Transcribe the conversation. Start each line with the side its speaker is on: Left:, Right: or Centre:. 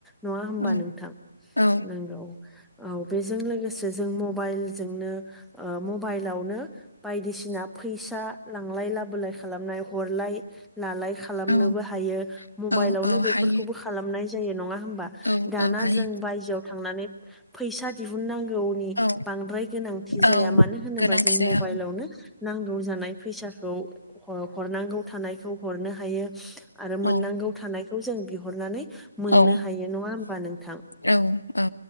Centre: नङा होमबा
Left: औ
Centre: नोंथां
Left: औ
Centre: नांगौ। औ बेजों लोगोसे जों मबाइलजोंनो मबाइलावनो बायदिसिना फैसा लांलाय लाबोलाय खालामनाय हरलाय। लालाय खालामनोबो
Left: औ
Centre: हायो मबाइलावनो
Left: औ औ
Centre: बेफोरखौबो
Left: हायो
Centre: खालामनाय जायो नंङा। हा
Left: औ
Centre: दाना
Left: औ हायो
Centre: जों बायजोआव थांनानै फैसा दिहुननांगौ। नांगौनि
Left: औ
Centre: जाया
Left: औ
Centre: मानो होनोबा
Left: गोनांथि
Centre: जों
Left: जाया
Centre: मबाइलावनो।
Left: औ
Centre: नांग जानाय फैसाखौ हरनांगौ थानायखौ हरनो हायो। आरो
Left: औ
Centre: मोननांगौ थानायखौ जों। बिहरनानै मोननो
Left: औ
Centre: हायो नंङा होमबा नोंथां
Left: औ औ